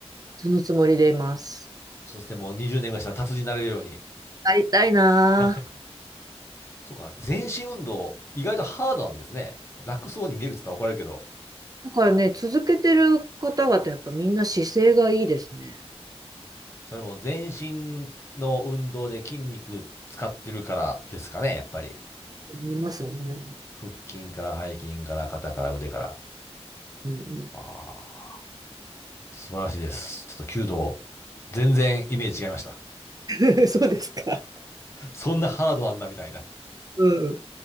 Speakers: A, on the right (about 35°); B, on the left (about 25°).
A: そのつもりでいます。
B: そしてもう20年ぐらいしたら達人になれるように。
A: なりたいなあ
B: なそうか。全身運動、意外とハードなんですね。楽そうに見えるって言ったら怒られるけど。
A: だからね、続けてる方々、やっぱみんな姿勢がいいですね。
B: それも全身の運動で筋肉使ってるからですかね、やっぱり。
A: 思いますよね。
B: 腹筋から背筋から肩から腕から。
A: うん
B: ああ。素晴らしいです。ちょっと弓道、全然イメージ違いました。
A: うん。<laughs> そうですか。
B: そんなハードなんだみたいな。
A: うん